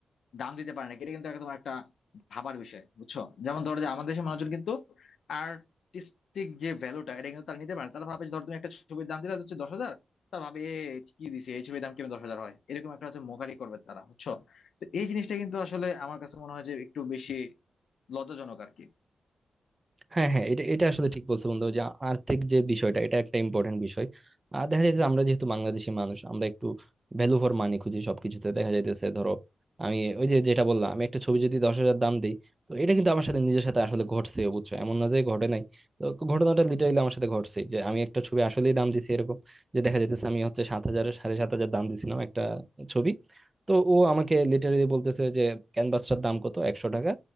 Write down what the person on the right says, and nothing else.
হ্যাঁ হ্যাঁ এটা এটা আসলে ঠিক বলছো বন্ধু যে আর্থিক যে বিষয়টা এটা একটা ইম্পর্টেন্ট বিষয় আর দেখা যাচ্ছে আমরা যেহেতু বাংলাদেশি মানুষ আমরা একটু ভ্যালু ফর মানি খুঁজি সবকিছুতে দেখা যাইতেছে ধরো আমি ওই যে যেটা বললাম আমি একটা ছবি যদি দশ হাজার দাম দিই তো এটা কিন্তু আমার সাথে নিজের সাথে আসলে ঘটছে বুঝছো এমন না যে ঘটে নাই তো ঘটনাটা লিটারালি আমার সাথে ঘটছে যে আমি একটা ছবি আসলেই দাম দিছি এরকম যে দেখা যাইতেছে আমি হচ্ছে সাত হাজার সাড়ে সাত হাজার দাম দিছিলাম একটা ছবি তো ও আমাকে লিটারালি বলতেছে যে ক্যানভাসটার দাম কত একশো টাকা